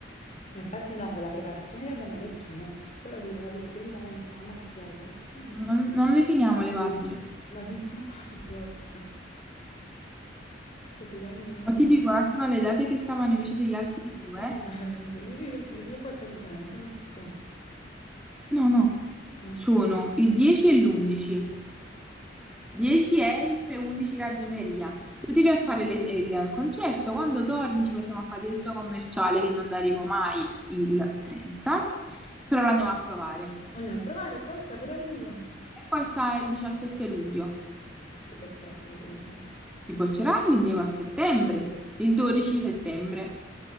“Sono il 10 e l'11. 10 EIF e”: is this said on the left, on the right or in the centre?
Centre